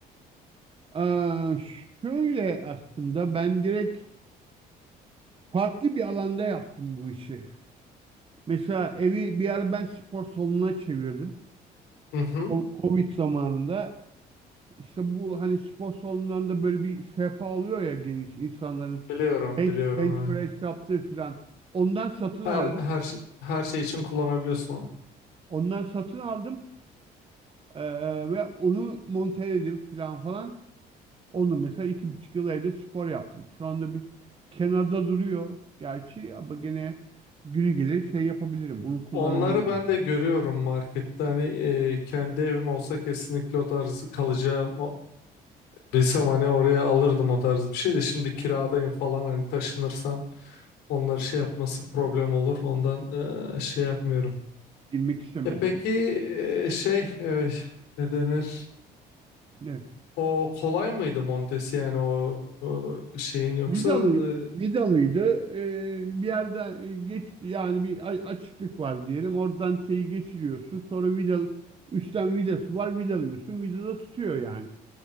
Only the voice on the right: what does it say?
Aa, şöyle aslında ben direkt farklı bir alanda yaptım bu işi. Mesela evi bir ara ben spor salonuna çevirdim.
O Covid zamanında işte bu hani spor salonlarında böyle bir sehpa oluyor ya geniş insanların
bench,
bench
press yaptığı filan. Ondan satın
aldım.
Ondan satın aldım. Ee, ve onu monteledim filan falan. Onu mesela iki buçuk yıl evde spor yaptım. Şu anda bir kenarda duruyor gerçi ama gene günü gelir şey yapabilirim. Onu kullanabilirim.
ya.
Girmek istemiyorsun.
Evet.
Vidalı,
vidalıydı. Ee, bir yerden e, geç yani bir a- açıklık var diyelim. Oradan şeyi geçiriyorsun. Sonra vidal üstten vidası var. Vidalıyorsun. Vidada tutuyor yani.